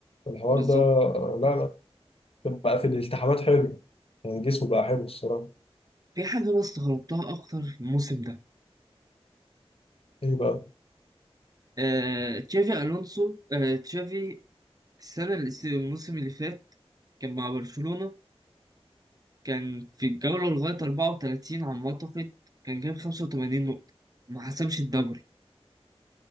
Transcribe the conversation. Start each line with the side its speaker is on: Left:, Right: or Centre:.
Left: الحوار
Right: بالظبط
Left: ده لا لا بقى في الالتحامات حلو يعني جسمه بقى حلو الصراحة
Right: في حاجة أنا استغربتها أكتر في الموسم ده
Left: ايه بقى
Right: آه، تشافي ألونسو آه، تشافي السنة اللي- الموسم اللي فات كان مع برشلونة كان في الجولة لغاية 34 على ما أعتقد كان جاب 85 نقطة ما حسمش الدوري